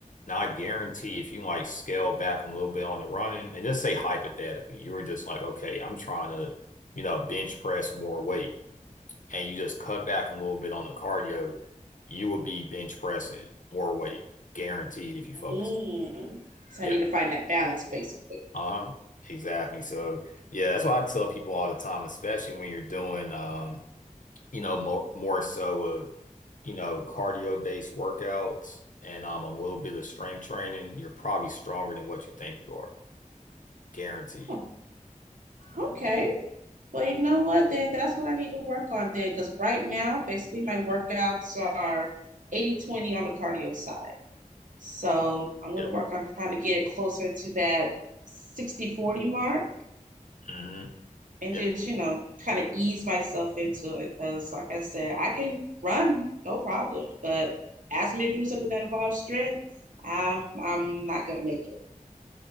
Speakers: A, on the left; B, on the right.
A: Now, I guarantee if you like scale back a little bit on the running and just say hypothetically, you were just like, okay, I'm trying to, you know, bench press more weight, and you just cut back a little bit on the cardio, you would be bench pressing more weight, guaranteed if you focus.
B: Mm. So
A: Yeah.
B: I need to find that balance, basically.
A: Uh-huh. Exactly. So, yeah, that's why I tell people all the time, especially when you're doing um you know, more more so of, you know, cardio-based workouts and um a little bit of strength training, you're probably stronger than what you think you are, guaranteed.
B: Oh, okay. Well, you know what? Then that's what I need to work on then, because right now, basically, my workouts are 80 20 on the cardio side. So I'm going
A: Yep.
B: to work on trying to get it closer to that 60 40 mark
A: Mm-hmm.
B: and
A: Yeah,
B: just, you know, kind of ease myself into it. Because, like I said, I can run no problem, but ask me to do something that involves strength, I'm, I'm not going to make it.